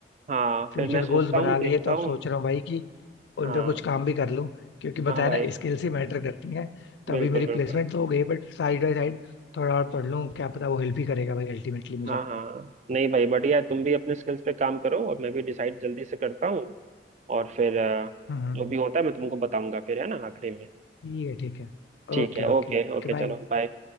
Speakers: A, on the right; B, on the left.
A: हाँ
B: फ्यूचर
A: फिर मैं सोचता
B: गोल्स
A: हूँ
B: बना
A: देखता
B: लिए तो अब
A: हूँ
B: सोच रहा हूँ भाई कि उन
A: हाँ
B: पे कुछ काम भी कर लूँ क्योंकि बताया
A: हाँ भाई
B: ना स्किल्स ही मैटर करती हैं तो
A: बिल्कुल
B: अभी मेरी
A: बिल्कुल
B: प्लेसमेंट तो हो गई बट साइड बाई साइड थोड़ा और पढ़ लूँ क्या पता वो हेल्प ही करेगा भाई अल्टीमेटली मुझे
A: हाँ हाँ नहीं भाई बढ़िया है तुम भी अपने स्किल्स पे काम करो और मैं भी डिसाइड जल्दी से करता हूँ और फिर अ,
B: हम्म
A: जो भी होता है मैं तुमको बताऊंगा फिर है ना आखिरी में
B: ठीक है ठीक है
A: ठीक
B: Okay
A: है
B: okay
A: ओके
B: okay
A: ओके
B: bye
A: चलो बाय